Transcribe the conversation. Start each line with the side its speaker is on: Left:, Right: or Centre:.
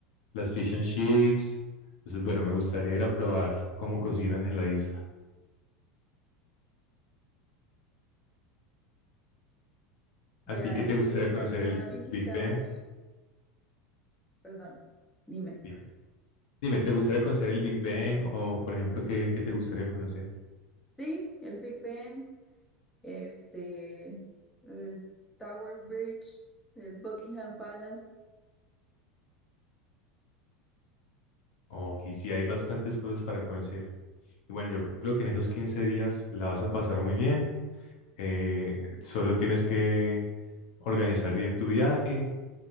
Left: las fish and chips. Entonces, bueno, me gustaría ir a probar cómo cocinan en la isla.
Centre: Ya,
Left: ¿A ti qué
Centre: y
Left: te gustaría
Centre: te gustaría
Left: conocer el
Centre: visitar,
Left: el Big Bang?
Centre: perdón, dime.
Left: Dime. Dime, ¿te gustaría conocer el Big Bang o, por ejemplo, qué, qué te gustaría conocer?
Centre: Sí, el Big Ben, este, el Tower Bridge, el Buckingham Palace,
Left: Oh, Ok, sí, hay bastantes cosas para conocer. Y bueno, yo creo que en esos 15 días la vas a pasar muy bien. Eh, solo tienes que organizar bien tu viaje,